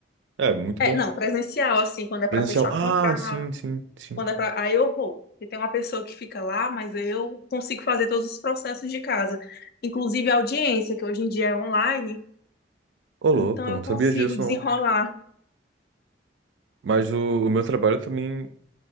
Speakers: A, on the right; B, on the left.
A: É, muito
B: É,
A: bom.
B: não, presencial, assim, quando é
A: Presencial.
B: para fechar
A: Ah,
B: contrato,
A: sim, sim, sim.
B: quando é para. Aí eu vou. E tem uma pessoa que fica lá, mas eu consigo fazer todos os processos de casa, inclusive a audiência, que hoje em dia é online,
A: Ô, louco,
B: então eu
A: não sabia
B: consigo
A: disso,
B: desenrolar.
A: não. Mas o, o meu trabalho também